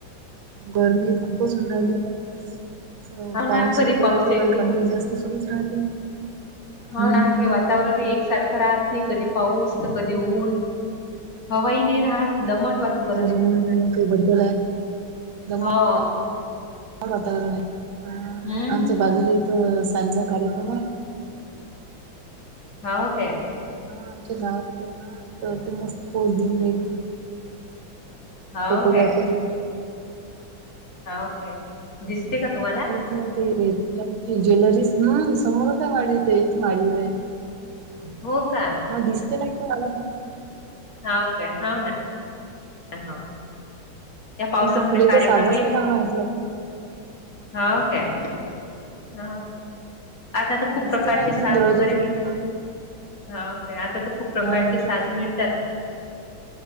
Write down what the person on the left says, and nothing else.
हो
ना कधी
येते
हो
ना
हे वातावरण एकसारखं राहत. नाही कधी पाऊस तर कधी ऊन हवाही नाही राहत. दमट
वातावरण आहे
हो
हम्म
हाऊ काय.
हो
काय. हो काय दिसते का? तुम्हाला
हो का
आ हो काय हो ना. ह हा. या पावसामुळे
कार्यक्रमही
होऊ काय.
हा आता तर खूप
प्रकारची
साज
वगैरे मिळत?
हा काय आता तर खूप प्रकारचे
साधन मिळतात.